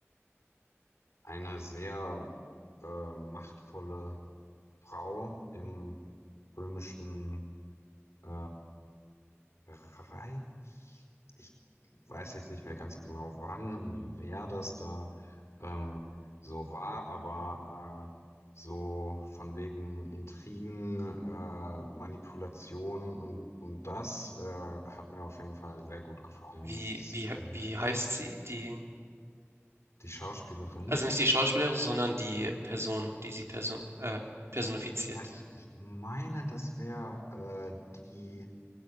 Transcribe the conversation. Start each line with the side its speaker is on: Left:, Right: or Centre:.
Left: eine sehr äh, machtvolle Frau im römischen äh, Rei- Ich, ich weiß jetzt nicht mehr ganz genau, wann und wer das da ähm, so war, aber äh, so von wegen Intrigen, äh, Manipulation und, und das äh, hat mir auf jeden Fall sehr gut gefallen.
Right: Wie
Left: Das ist,
Right: wie
Left: ähm,
Right: wie heißt sie, die
Left: die Schauspielerin.
Right: Also nicht die Schauspielerin, sondern die Person, die sie person äh, personifiziert.
Left: Ja, ich, ich meine, das wäre äh, die